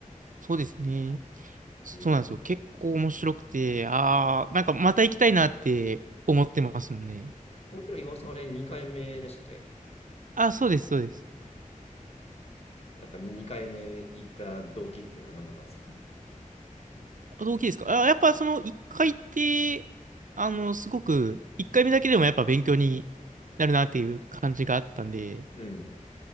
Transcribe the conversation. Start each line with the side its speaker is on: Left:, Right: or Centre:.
Right: そうですね。そうなんですよ。
Left: うん。
Right: 結構面白くて、ああ、なんかまた行きたいなって思ってますもんね。
Left: これ、岩尾さん、あれ2回目でしたっけ
Right: あ、そうです、そうです。
Left: やっぱ2回目行った動機ってのは何だったんですか
Right: あ、動機ですか。あ、やっぱその一回って、あの、すごく、一回目だけでもやっぱ勉強になるなっていう感じがあったんで、や
Left: うん。